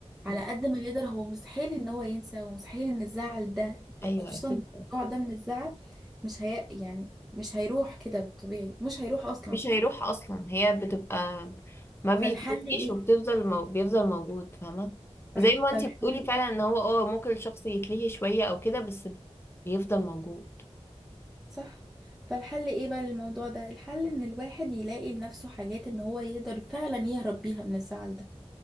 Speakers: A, on the left; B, in the centre.
A: مم.
B: على قد ما يقدر هو مستحيل ان هو ينسى ومستحيل ان الزعل ده
A: ايوه
B: خصوصا
A: اكيد
B: النوع ده من الزعل مش هي يعني مش هيروح كده بالطبيعي مش هيروح اصلا
A: مش هيروح اصلا هي بتبقى ما بيتنسيش
B: فالحل ايه
A: وبتفضل مو... بيفضل موجود فاهمه
B: صح
A: زي ما انتي
B: فالحل
A: بتقولي فعلا ان هو اه ممكن الشخص يتلهي شويه او كده بس بيفضل موجود
B: صح فالحل ايه بقى للموضوع ده الحل ان الواحد يلاقي لنفسه حاجات ان هو يقدر فعلا يهرب بيها من الزعل ده